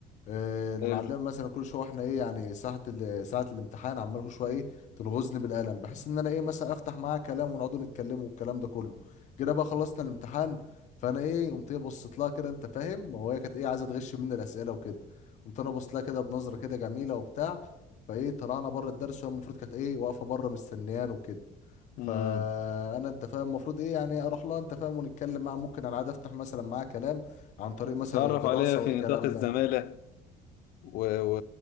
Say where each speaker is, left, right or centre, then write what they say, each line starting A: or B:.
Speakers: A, on the left; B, on the left.
A: آه، المعلمه
B: حلو
A: مثلا كل شويه واحنا ايه يعني ساعه ال- ساعه الامتحان عمال كل شويه ايه تلغزني بالقلم بحيث ان انا ايه مثلا افتح معاها كلام ونقعدوا نتكلموا والكلام ده كله جينا بقى خلصنا الامتحان فانا ايه قمت ايه بصيت لها كده انت فاهم وهي كانت ايه عايزه تغش مني الاسئله وكده قمت انا بصيت لها كده بنظره كده جميله وبتاع فايه طلعنا بره الدرس وهي المفروض كانت ايه واقفه بره مستنيان وكده فانا
B: امم
A: انت فاهم المفروض ايه يعني اروح لها انت فاهم ونتكلم معاها ممكن على العاده افتح مثلا معاها كلام عن طريق مثلا
B: تتعرف
A: الدراسه
B: عليها في
A: والكلام
B: نطاق الزمالة
A: ده
B: و... و...